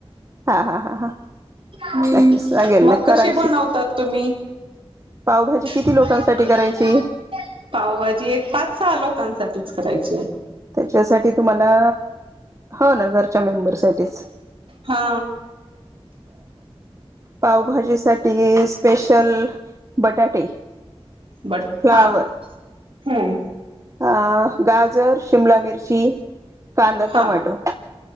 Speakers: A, on the right; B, on the right.
A: हा हा हा हा
B: हम्,
A: नक्कीच सांगेल
B: मग
A: ना करायची
B: कशी बनवतात, तुम्ही?
A: पावभाजी किती
B: <inaudible>
A: लोकांसाठी करायची
B: पावभाजी एक पाच- सहा आलो. <unintelligible> करायची हाय.
A: त्याच्यासाठी तुम्हाला, हो ना, घरच्या मेंबर साठीच.
B: हा
A: पावभाजी साठी स्पेशल बटाटे..
B: बट
A: फ्लावर
B: हा, हम्म.
A: अ गाजर, शिमला मिरची, कांदा,
B: हा
A: टोमॅटो.